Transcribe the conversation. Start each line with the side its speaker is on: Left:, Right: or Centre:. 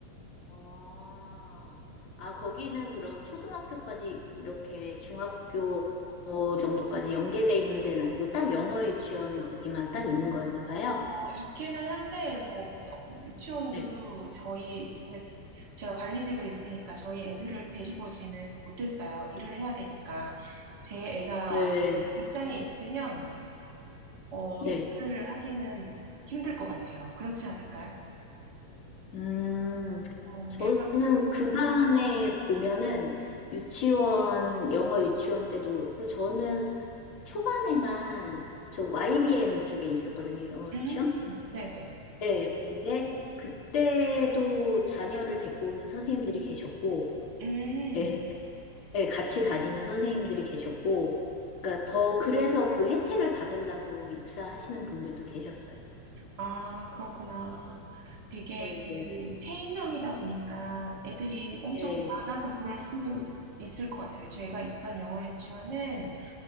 Left: 아, 아, 거기는 그럼 초등학교까지 이렇게 중학교 정도까지 연계돼 있는 데는 아니고 딱 영어 유치원 거기만 딱 있는 거였나 봐요.
Right: 어, 있기는 한데, 뭐, 어, 유치원도
Left: 네.
Right: 저희, 근데 제가 관리직으로 있으니까 저희 애들을 데리고 오지는 못했어요. 일을 해야 되니까. 제 애가
Left: 네.
Right: 직장에 있으면, 어,
Left: 네.
Right: 일을 하기는 힘들 것 같아요. 그렇지 않을까요?
Left: 음,
Right: 어,
Left: 저는
Right: 애가,
Left: 그간에 보면은 유치원, 영어 유치원 때도 그렇고, 저는 초반에만 저 YBM 쪽에 있었거든요, 영어
Right: 음,
Left: 유치원.
Right: 네네.
Left: 네, 근데 그때도 자녀를 데리고 오는 선생님들이 계셨고,
Right: 음,
Left: 예, 예, 같이 다니는 선생님들이 계셨고, 그러니까 더 그래서 그 혜택을 받으려고 입사하시는 분들도 계셨어요.
Right: 아, 그렇구나. 되게
Left: 네,
Right: 그
Left: 네,
Right: 체인점이다 보니까 애들이 엄청
Left: 네,
Right: 많아서 그럴 수도 있을 것 같아요. 제가 있던 영어 유치원은